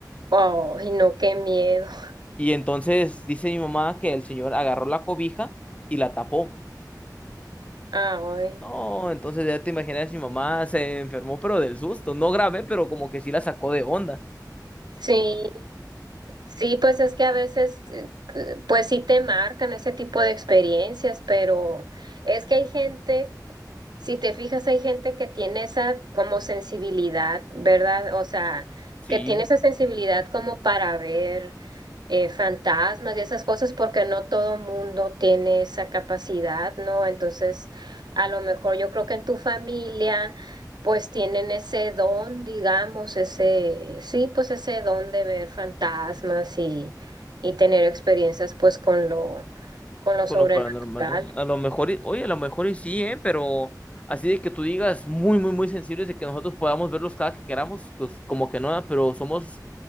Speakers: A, on the right; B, on the left.
A: Ay, no, qué miedo. <laughs>
B: Y entonces dice mi mamá que el señor agarró la cobija y la tapó.
A: Ay,
B: No, entonces ya te imaginas, mi mamá se enfermó, pero del susto, no grave, pero como que sí la sacó de onda.
A: sí. Sí, pues es que a veces, eh, eh, pues sí te marcan ese tipo de experiencias, pero es que hay gente, si te fijas, hay gente que tiene esa como sensibilidad, ¿verdad? O sea,
B: Sí,
A: que tiene esa sensibilidad como para ver eh, fantasmas y esas cosas, porque no todo mundo tiene esa capacidad, ¿no? Entonces, a lo mejor yo creo que en tu familia pues tienen ese don, digamos, ese, sí, pues ese don de ver fantasmas y, y tener experiencias pues con lo, con lo sobrenatural.
B: con lo paranormal. ¿eh? A lo mejor, y- oye, a lo mejor y sí, ¿eh? Pero así de que tú digas muy, muy, muy sensibles de que nosotros podamos verlos cada que queramos, pues como que no, ¿eh? pero somos,